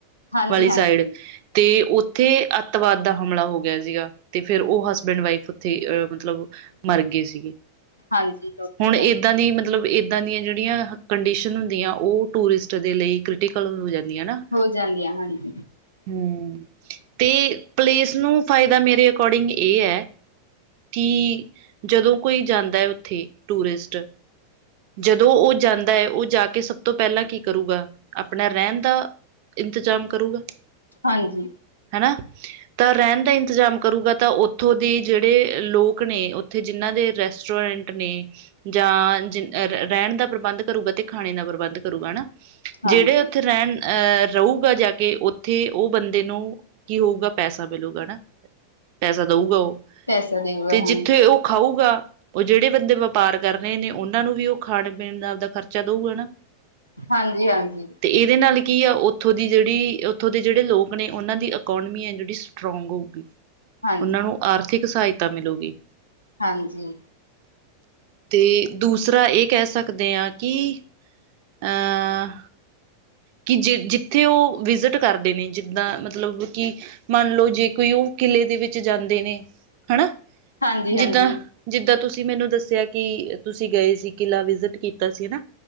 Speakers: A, on the left; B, on the right.
A: ਹਾਂਜੀ
B: ਵਾਲੀ
A: ਹਾਂਜੀ
B: ਸਾਈਡ ਤੇ ਉੱਥੇ ਅੱਤਵਾਦ ਦਾ ਹਮਲਾ ਹੋ ਗਯਾ ਸੀਗਾ। ਤੇ ਫੇਰ ਓ ਹਸਬੈਂਡ-ਵਾਈਫ ਉੱਥੇ ਅਹ ਮਤਲਬ ਮਰਗੇ ਸੀ।
A: ਹਾਂਜੀ ਦੋਨੋਂ
B: ਹੁਣ
A: ਹੀ
B: ਏਦਾਂ
A: ਮਰ ਗਏ
B: ਦੀ ਮਤਲਬ ਏ ਏਦਾਂ ਦੀਆਂ ਜੜੀਆਂ ਕੰਡੀਸ਼ਨ ਹੁੰਦੀਆਂ ਓ ਟੂਰਿਸਟ ਦੇ ਲਈ ਕ੍ਰਿਟੀਕਲ ਹੋ ਜਾਂਦੀਆਂ ਨਾ
A: ਹੋ ਜਾਂਦੀਆਂ ਹਾਂਜੀ
B: ਹੂੰ ਤੇ ਪਲੇਸ ਨੂੰ ਫਾਇਦਾ ਮੇਰੇ ਅਕੋਰਡਿੰਗ ਏ ਐ ਕਿ ਜਦੋਂ ਕੋਈ ਜਾਂਦ ਦਾ ਓਥੇ ਟੂਰਿਸਟ ਜਦੋਂ ਓ ਜਾਂਦਾ ਓ ਜਾ ਕੇ ਸਭ ਤੋਂ ਪੈਲਾਂ ਕੀ ਕਰੂਗਾ ਆਪਣਾ ਰਹਿਣ ਦਾ ਇੰਤਜ਼ਾਮ ਕਰੂਗਾ
A: ਹਾਂਜੀ।
B: ਹੈਨਾ ਤਾਂ ਰੈਣ ਦਾ ਇੰਤਜ਼ਾਮ ਕਰੂਗਾ ਤਾਂ ਓਥੋਂ ਦੇ ਜੇੜੇ ਲੋਕ ਨੇ ਓਥੇ ਜਿੰਹਨਾਂ ਦੇ ਰੈਸਟੋਰੈਂਟ ਨੇ ਜਾਂ ਰੈਣ ਦਾ ਪ੍ਰਬੰਧ ਕਰੂਗਾ ਤੇ ਖਾਣੇ ਦਾ ਪ੍ਰਬੰਧ ਕਰੂਗਾ ਨਾ
A: ਹਾਂਜੀ
B: ਜੇੜੇ ਓਥੇ ਰੈਣ ਅਹ ਰਹੁਗਾ ਜਾ ਕੇ ਓਥੇ ਓ ਬੰਦੇ ਨੂੰ ਕੀ ਹੋਊਗਾ ਪੈਸਾ ਮਿਲੂਗਾ ਨਾ ਪੈਸਾ ਦਊਗਾ ਓ
A: ਪੈਸਾ ਦੇਊਗਾ
B: ਤੇ
A: ਹਾਂਜੀ
B: ਜਿੱਥੇ ਓ ਖਾਊਗਾ ਓ ਜੇੜੇ ਬੰਦੇ ਵਪਾਰ ਕਰ ਰਹੇ ਨੇ ਓਨਾਂ ਨੂੰ ਵੀ ਓ ਖਾਣ-ਪੀਣ ਦਾ ਆਪਦਾ ਖਰਚਾ ਦਊਗਾ ਨਾ
A: ਹਾਂਜੀ-ਹਾਂਜੀ।
B: ਤੇ ਏਦੇ ਨਾਲ ਕੀ ਆ ਓਥੋਂ ਦੀ ਜੇੜੀ ਓਥੋਂ ਦੇ ਜੇੜੇ ਲੋਕ ਨੇ ਓਨਾਂ ਦੀ ਇਕੋਨਮੀ ਐਂ ਡਿਸ ਸਟਰੋਂਗ ਹੋਊਗੀ,
A: ਹਾਂਜੀ
B: ਉਹਨਾਂ ਨੂੰ ਆਰਥਿਕ ਸਹਾਇਤਾ ਮਿਲੂਗੀ
A: ਹਾਂਜੀ
B: ਤੇ ਦੂਸਰਾ ਇਹ ਕਹਿ ਸਕਦੇ ਆਂ ਕਿ ਅਂ ਕਿ ਜੇ ਜਿੱਥੇ ਉਹ ਵਿਜਿਟ ਕਰਦੇ ਨੇ, ਜਿੱਦਾਂ ਮਤਲਬ ਕਿ ਮੰਨ ਲਓ ਜੇ ਕੋਈ ਉਹ ਕਿਲੇ ਦੇ ਵਿੱਚ ਜਾਂਦੇ ਨੇ, ਹਨਾ
A: ਹਾਂਜੀ ਹਾਂਜੀ
B: ਜਿੱਦਾਂ-ਜਿੱਦਾਂ ਤੁਸੀਂ ਮੈਨੂੰ ਦੱਸਿਆ ਕਿ ਤੁਸੀਂ ਗਏ ਸੀ ਕਿਲ੍ਹਾ ਵਿਜਿਟ ਕੀ ਕੀਤਾ ਸੀ ਨਾ